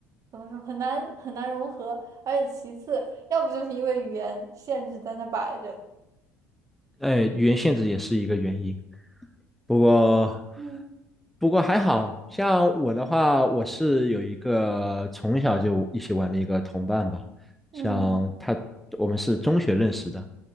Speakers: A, on the right; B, in the centre.
A: 怎么说很难很难融合。而且其次，要不就是因为语言限制在那摆着。
B: 哎，语言限制也是一个原因。不过，
A: 嗯
B: 不过还好像我的话，我是有一个从小就一起玩的一个同伴吧，
A: 嗯
B: 像他，我们是中学认识的，